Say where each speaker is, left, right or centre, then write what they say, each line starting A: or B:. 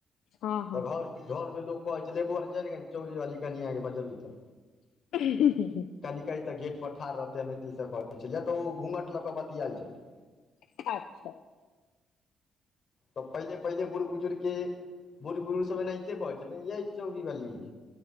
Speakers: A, on the left (about 80°); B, on the left (about 50°).
A: हँ हँ
B: तऽ घर घर मे लोक कहै छै बैंआरे जायही न कनी चोड़ी वाली कनिया बजबहीन त
A: <unintelligible>
B: कनिकहि न तऽ गेट प ठाड़ रहतै हम एते सँ बजय छलियै तऽ ओ घूँघट लऽ कऽ बतिया छलखिन्ह
A: <unintelligible>
B: तऽ पहिले पहिले बुढ़ बुजुर्ग के बुढ़ बुजुर्ग सब एनाहिते कहै छलै यह चौरीवाली